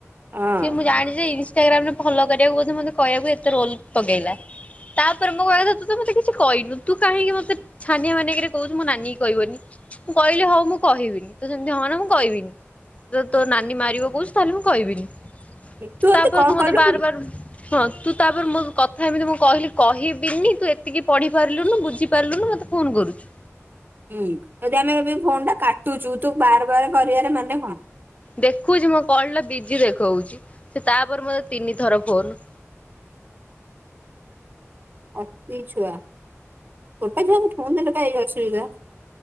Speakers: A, on the right; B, on the left.
A: ହଁ
B: ସିଏ ମୁଁ ଜାଣିଛି ଇନସଷ୍ଟାଗ୍ରାମ ରେ ଫଲୋ କରିବାକୁ ବୋଧ ମତେ କହିବାକୁ ଏତେ ରୋଲ ପକେଇଲା ତାପରେ ମୋ କହିବ କଥା ତୁ ତ ମତେ କିଛି କହିନୁ ତୁ କାହିଁକି ମୋତେ ଛାନିଆ ମାନିଆ ହେଇ କିରି କହୁଛୁ ମୋ ନାନୀ କୁ କହିବନି ମୁଁ କହିଲେ ହଉ ମୁଁ କହିବିନି ତ ସେମିତି ହନା ମୁଁ କହିବିନି ଯ ତୋ ନାନୀ ମାରିବ କହୁଛି ତାହେଲେ ମୁଁ କହିବିନି
A: ହୁଁ ଏମିତି
B: ତାପରେ
A: କଣ
B: ତୁ ମତେ
A: କଲୁ
B: ବାରବାର
A: କି
B: ହଁ ତୁ ତାପରେ ମୋ କଥା ଏମିତି ମୁଁ କହିଲି କହିବିନି ତୁ ଏତିକି ପଢି ପାରିଲୁନୁ ବୁଝିପାରିଲୁନୁ ଫୋନ କରଛୁ
A: ହୁଁ ଯଦି ଆମେ ଏବେ ଫୋନ ଟା କାଟୁଛୁ ତୁ ବାର ବାର କରିବାର ମାନେ କଣ
B: ଦେଖୁଛି ମୋ କଲ ଟା ବିଜି ଦେଖଉଛି ସେ ତାପରେ ମୋତେ ତିନି ଥର ଫୋନ
A: <unintelligible>